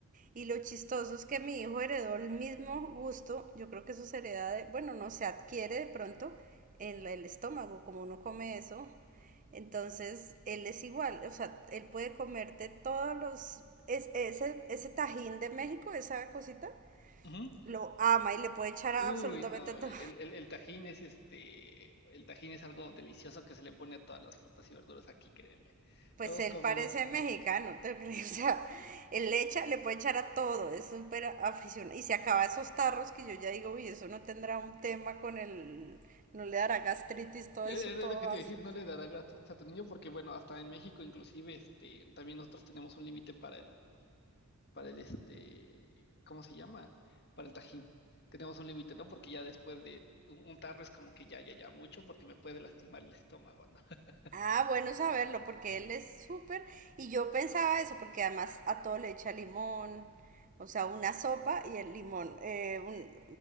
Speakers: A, on the right (about 35°); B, on the left (about 50°).
A: Y lo chistoso es que mi hijo heredó el mismo gusto, yo creo que eso se hereda de, bueno, no se adquiere de pronto en la- el estómago, como uno come eso. Entonces, él es igual, o sea, él puede comerte todos los, es- ese, ese tajín de México, esa cosita,
B: Ujú.
A: lo ama y le puede echar
B: Uy,
A: a absolutamente
B: no,
A: todo.
B: el, el, el tajín es este, el tajín es algo delicioso que se le pone a todas las frutas y verduras aquí, créeme.
A: Pues
B: Todos
A: él
B: comemos.
A: parece mexicano, ¿te crees? <laughs> O sea, él le echa, le puede echar a todo, es súper aficionado. Y se acaba esos tarros que yo ya digo, uy, eso no tendrá un tema con el, no le dará gastritis, todo
B: Eh,
A: eso, todo
B: Es lo que te
A: así.
B: iba a decir, no le dará gastritis a tu niño porque, bueno, hasta en México inclusive, este, también nosotros tenemos un límite para el para el este, ¿cómo se llama? Para el tajín. Tenemos un límite, ¿no? Porque ya después de un, un tarro es como que ya, ya, ya mucho porque me puede lastimar el estómago, ¿no? <laughs>
A: Ah, bueno saberlo, porque él es súper, y yo pensaba eso, porque además a todo le echa limón, o sea, una sopa y el limón, eh, un,